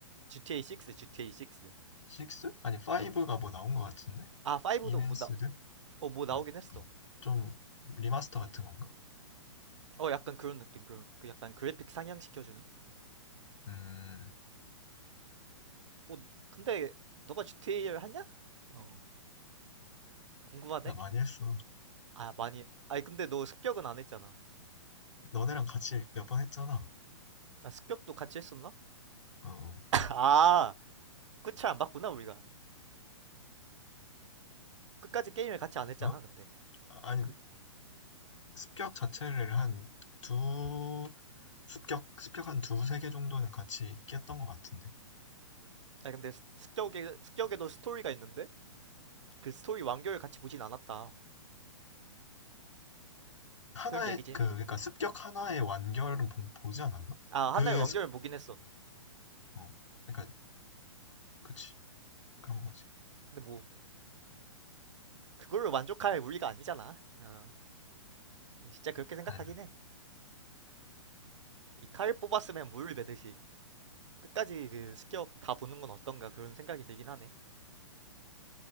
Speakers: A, on the right; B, on the left.
A: GTA 6, GTA 6.
B: 6? 아니 5가
A: 어.
B: 뭐 나온 것 같은데
A: 아 5도
B: 인핸스드
A: 뭐 나, 어, 뭐 나오긴
B: 어,
A: 했어.
B: 좀 리마스터 같은 건가
A: 어 약간 그런 느낌 그런 그 약간 그래픽 상향시켜주는.
B: 음나
A: 뭐 근데 너가 GTA를 하냐? 어 궁금하네.
B: 많이 했어
A: 아 많이 아니 근데 너 습격은 안 했잖아.
B: 너네랑 같이 몇 번 했잖아
A: 아 습격도 같이 했었나?
B: 어 어?
A: <laughs> 아 끝을 안 봤구나 우리가. 끝까지 게임을 같이 안 했잖아
B: 아,
A: 근데.
B: 아니
A: 그
B: 습격 자체를 한 두, 습격, 습격 한 두세 개 정도는 같이 깼던 것 같은데.
A: 아 근데 습- 습격에 습격에도 스토리가 있는데 그 스토리 완결을 같이 보진 않았다.
B: 하나의,
A: 그런 얘기지.
B: 그, 그러니까 습격 하나의 완결은 보, 보지 않았나?
A: 아
B: 그,
A: 하나의 완결을 보긴 했어.
B: 어, 그러니까, 그치. 그런 거지.
A: 근데 뭐 그걸로 만족할 우리가 아니잖아. 어, 진짜 그렇게 생각하긴
B: 아유,
A: 해. 이 칼 뽑았으면 물 매듯이 끝까지 그 습격 다 보는 건 어떤가 그런 생각이 들긴 하네.